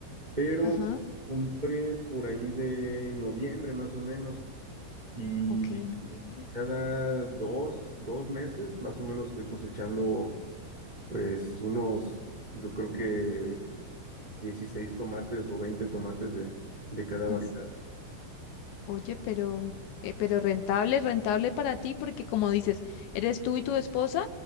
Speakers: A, on the right; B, on the left.
A: pero
B: Ajá,
A: compré por ahí de noviembre más o menos y
B: ok, noviembre.
A: cada dos, dos meses más o menos estoy cosechando pues unos, yo creo que 16 tomates o 20 tomates de, de cada
B: Uf.
A: variedad.
B: Oye, pero, eh, pero rentable, rentable para ti, porque como dices, eres tú y tu esposa,